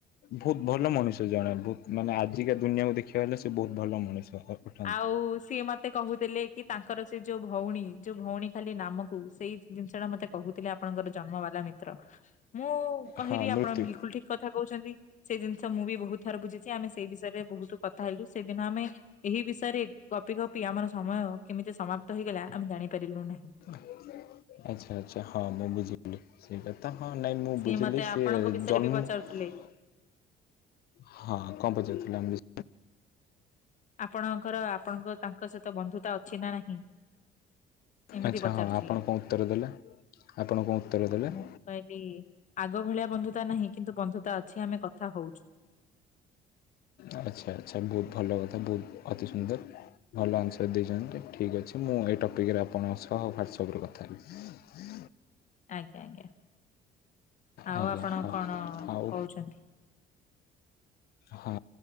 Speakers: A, on the left; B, on the left.
A: ଭୋହୁତ ଭଲ ମଣିଷ ଜଣେ ବୋହୁତ ମାନେ ଆଜିକା ଦୁନିଆକୁ ଦେଖିବା ହେଲେ ସିଏ ବୋହୁତ ଭଲ ମଣିଷ। <unintelligible>
B: ଆଉ ସିଏ ମତେ କହୁଥିଲେ କି? ତାଙ୍କର ସିଏ ଯୋଉ ଭଉଣୀ ଯୋଉ ଭୋଉଣୀ ଖାଲି ନାମକୁ ସେଇ ଜିନିଷଟା ମତେ କହୁଥିଲେ ଆପଣଙ୍କର ଜନ୍ମବାଲା ମିତ୍ର। ମୁଁ କହିବି
A: ହଁ ମୃତ୍ୟୁ
B: ଆପଣ ବିଲକୁଲ ଠିକ କଥା କହୁଚନ୍ତି। ସେଇ ଜିନିଷ ମୁଁ ବି ବୋହୁତ ଥର ବୁଝିଛି ଆମେ ସେଇ ବିଷୟରେ ବୋହୁତୁ କଥା ହେଲୁ ସେଇଦିନ ଆମେ ଏହି ବିଷୟରେ ଗପି ଗପି ଆମର ସମୟ କେମିତି ସମାପ୍ତ ହେଇଗଲା ଆମେ ଜାଣିପାରିଲୁ ନାହିଁ।
A: ଆଚ୍ଛା ଆଚ୍ଛା ହଁ ମୁଁ ବୁଝିଲି। ସେଇ କଥା ହଁ ନାଇଁ ମୁଁ
B: ସିଏ
A: ବୁଝିଲି
B: ମତେ
A: ସିଏ
B: ଆପଣଙ୍କ ବିଷୟରେ
A: ଜନ୍ମ
B: ବି ପଚାରୁଥିଲେ।
A: ହଁ କଁ ପଚାରୁଥୁଲେ ଆମ ବିଶ୍
B: ଆପଣଙ୍କର ଆପଣଙ୍କ ତାଙ୍କ ସହିତ ବନ୍ଧୁତା ଅଛି ନା ନାହିଁ? ଏମିତି
A: ଆଚ୍ଛା
B: ପଚାରୁଥିଲେ।
A: ହଁ ଆପଣ କଁ ଉତ୍ତର ଦେଲେ ଆପଣ କଁ ଉତ୍ତର ଦେଲେ।
B: ମୁଁ କହିଲି ଆଗ ଭଳିଆ ବନ୍ଧୁତା ନାହିଁ କିନ୍ତୁ ବନ୍ଧୁତା ଅଛି ଆମେ କଥା ହୋଉଛୁ।
A: ଆଚ୍ଛା ଆଚ୍ଛା ବୋହୁତ ଭଲ କଥା ବୋହୁତ ଅତି ସୁନ୍ଦର ଭଲ ଆନ୍ସାର ଦେଇଚନ୍ତି ଠିକ୍ ଅଛି ମୁଁ ଏଇ ଟପିକିରେ ଆପଣଙ୍କ ସହ ୱାଟସପରେ କଥା ହେବି।
B: ଆଜ୍ଞା ଆଜ୍ଞା ଆଉ
A: ଆଜ୍ଞା
B: ଆପଣ
A: ହଁ
B: କଣ
A: ଆଉ
B: କୋହୁଛନ୍ତି?
A: ହଁ